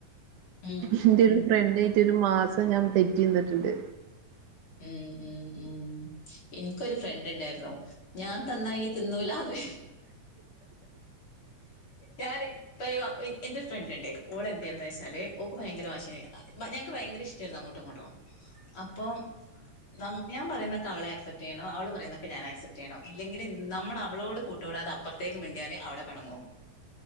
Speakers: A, on the left (about 40°); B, on the right (about 75°).
A: ഉം
B: എന്റെ ഒരു ഫ്രണ്ടേറ്റ് റ്റി ഒരു മാസം ഞാൻ തെറ്റി നിന്നിട്ടുണ്ട്
A: ഉം ഉം ഉം ഇൻക്കൊരു ഫ്ര ത് ണ്ടായിരുന്നു ഞാൻ തന്നാ യ്യ് തിന്നൂലാന്ന് ഞാൻ ഇത്രയും എന്റൊരു ഫ്രണ്ട് ഉണ്ട് ഓള് എന്തായിര്ന്ന് വെച്ചാല് ഓക്ക് ഭയങ്കര വാശിയാണ് ഞങ്ങക്ക് ഭയങ്കര ഇഷ്ടായിരുന്നു അങ്ങോട്ടും ഇങ്ങോട്ടും അപ്പൊ നമ്മ് ഞാൻ പറയുന്നൊക്കെ അവളെ ആക്സെപ്റ്റ് ചെയ്യണോ അവള് പറയുന്നൊക്ക ഞാൻ ആക്സെപ് ചെയ്യണോ ഇല്ലെങ്കിൽ നമ്മള അവളോട് കൂട്ടു കൂടാതെ അപ്പർത്തേക്ക് മിണ്ടിയാല് അവടെ പെണങ്ങും